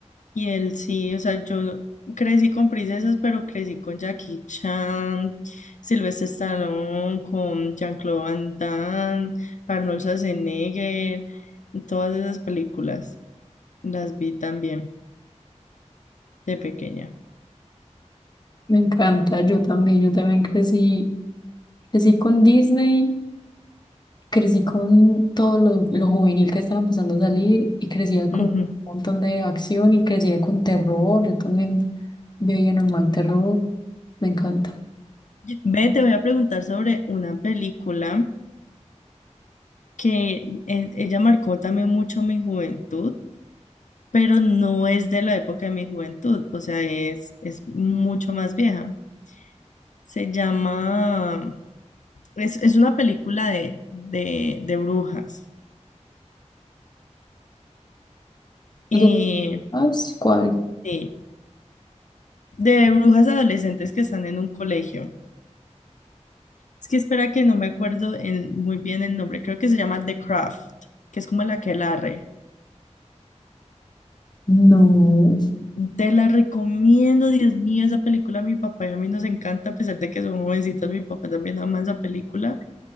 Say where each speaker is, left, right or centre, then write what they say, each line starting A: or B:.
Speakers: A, on the left (about 85°); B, on the left (about 35°).
A: Y él sí, o sea, yo crecí con princesas, pero crecí con Jackie Chan, Sylvester Stallone, con Jean-Claude Van Damme, Arnold Schwarzenegger, todas esas películas las vi también de pequeña.
B: me encanta, yo también, yo también crecí, crecí con Disney, crecí con todo lo, lo juvenil que estaba empezando a salir y crecía
A: Ujú.
B: con un montón de acción y crecía con terror, yo también veía normal terror, me encanta.
A: Ve, te voy a preguntar sobre una película que e- ella marcó también mucho mi juventud, pero no es de la época de mi juventud, o sea, es, es mucho más vieja. Se llama Es, es una película de, de, de brujas. Eh,
B: ¿Y de- ah, sí, cuál?
A: sí, de brujas adolescentes que están en un colegio. Es que espera que no me acuerdo el- muy bien el nombre. Creo que se llama The Craft, que es como la el aquelarre.
B: No,
A: Te la recomiendo, Dios mío, esa película a mi papá y a mí nos encanta, a pesar de que somos jovencitos, mi papá también ama esa película.